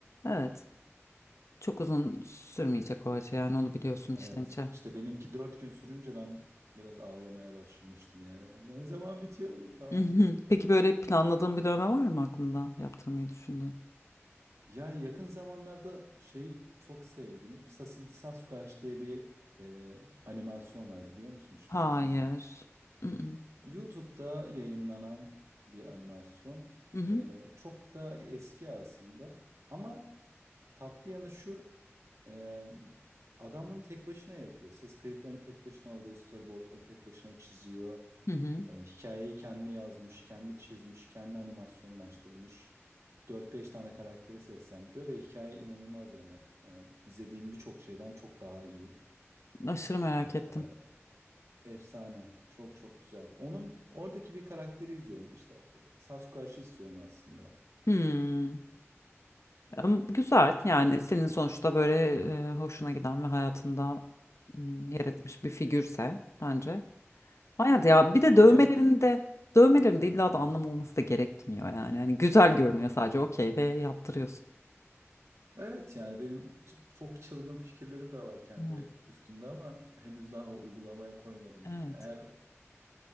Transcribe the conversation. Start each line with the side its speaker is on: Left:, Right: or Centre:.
Left: Evet. Çok uzun sürmeyecek o acı yani onu biliyorsun içten
Right: Evet
Left: içe. Hı
Right: işte benimki dört gün sürünce ben biraz ağlamaya başlamıştım yani. Ne zaman bitiyor bu falan
Left: hı. Hı hı. Peki böyle planladığın bir dövme var mı aklında yaptırmayı düşündüğün?
Right: Ya yakın zamanlarda şeyi çok sevdim. Sassy Sasquatch diye bir e, animasyon var biliyor musun? Hiç
Left: Hayır.
Right: duymuş muydun?
Left: Hı hı.
Right: YouTube'da yayınlanan bir animasyon.
Left: Hı hı.
Right: E, çok da eski aslında. Ama tatlı yanı şu. e, adamın tek başına yapıyor. Ses kayıtlarını tek başına alıyor. Storyboardları tek başına çiziyor.
Left: Hı hı.
Right: E, hikayeyi kendi yazmış, kendi çizmiş, kendi animasyonlaştırmış. Dört beş tane karakteri seslendiriyor ve hikaye inanılmaz yani. E, izlediğim birçok şeyden çok daha iyi.
Left: Aşırı merak ettim.
Right: E, efsane. Çok çok güzel. Onun oradaki bir karakteri izliyorum işte. Sasquatch'ı istiyorum aslında.
Left: Hmm. Ama Güzel
Right: Tüm.
Left: yani senin sonuçta böyle e, hoşuna giden ve hayatında hmm, yer etmiş bir figürse bence. hayat ya
Right: O-
Left: bir de
Right: olacak
Left: dövmelerinde
Right: gibi.
Left: dövmelerinde illa da anlam olması da gerekmiyor yani. Yani güzel görünüyor sadece okey ve yaptırıyorsun.
Right: Evet yani benim ç- çok çılgın fikirlerim de var kendi
Left: Evet.
Right: üstümde ama henüz daha uygulamaya koymadım.
Left: Evet.
Right: Eğer